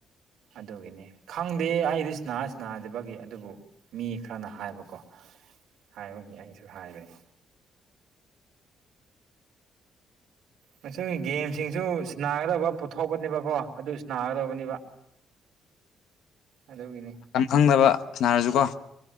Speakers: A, on the right; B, on the left.
A: ꯑꯗꯨꯒꯤꯅꯤ ꯈꯪꯗꯦ ꯑꯩꯗꯤ ꯁꯅꯥ ꯁꯥꯟꯅꯥꯗꯕꯒꯤ ꯑꯗꯨꯕꯨ ꯃꯤ ꯈꯔꯅ ꯍꯥꯏꯕꯀꯣ ꯍꯥꯏꯕꯒꯤ ꯑꯩꯅꯁꯨ ꯍꯥꯏꯕꯅꯤ ꯃꯁꯤ ꯒꯦꯝꯁꯤꯡꯁꯨ ꯁꯤ ꯅꯥꯒꯗꯧꯕ ꯄꯨꯊꯣꯛꯄꯅꯦꯕꯀꯣ ꯑꯗꯨ ꯅꯥꯒꯗꯧꯕꯅꯦꯕ ꯑꯗꯨꯒꯤꯅꯦ
B: ꯌꯥꯝ ꯈꯪꯗꯕ ꯁꯥꯟꯅꯔꯁꯨ ꯀꯣ